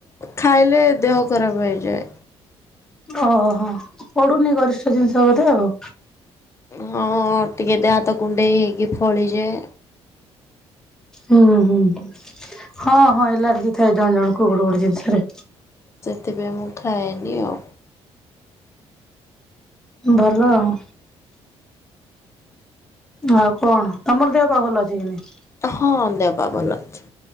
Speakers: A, on the left; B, in the centre.
A: ଖାଇଲେ ଦେହ ଖରାପ ହେଇଯାଏ।
B: ଓହୋ ପଡ଼ୁନି ଗରିଷ୍ଠ ଜିନିଷ ବୋଧେ ଆଉ।
A: ହଁ ଟିକେ ଦେହ ହାତ କୁଣ୍ଡେଇ ହେଇକି ଫଳିଯାଏ।
B: ହୁଁ ହୁଁ ହଁ ହଁ ଏଲାର୍ଜି ଥାଏ ଜଣ ଜଣ କୁ ଗୋଟେ ଗୋଟେ ଜିନିଷରେ।
A: ତେବେ ମୁଁ ଖାଏନି ଆଉ।
B: ଭଲ ଆଉ। ଆଉ କଣ, ତମର ଦେହ ପା ଭଲ ଅଛି କି ନାଇଁ।
A: ହଁ ଦେହ ପା ଭଲ ଅଛି।